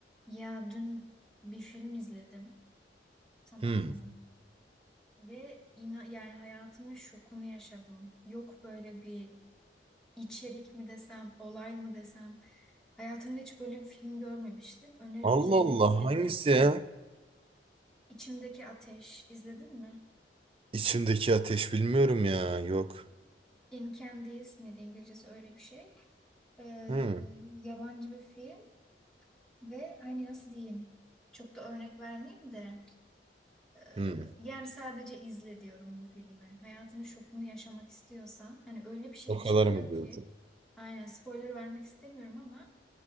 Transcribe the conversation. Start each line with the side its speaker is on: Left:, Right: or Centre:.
Centre: Ya dün bir film izledim, tamam
Right: Hmm.
Centre: mı? Ve ina yani hayatımın şokunu yaşadım. Yok böyle bir içerik mi desem, olay mı desem. Hayatımda hiç böyle bir film görmemiştim. Öneri
Right: Allah
Centre: üzerine
Right: Allah
Centre: izledim.
Right: hangisi ya?
Centre: İçimdeki Ateş, izledin mi?
Right: İçimdeki ateş bilmiyorum ya. Yok.
Centre: In Candice miydi İngilizcesi öyle bir şey. Ee,
Right: Hmm.
Centre: yabancı bir film ve hani nasıl diyeyim? Çok da örnek vermeyeyim de. Ee,
Right: Hmm.
Centre: Yani sadece izle diyorum bu filmi. Hayatının şokunu yaşamak istiyorsan hani öyle bir şey
Right: O
Centre: çıkıyor
Right: kadar mı diyorsun?
Centre: ki aynen spoiler vermek istemiyorum ama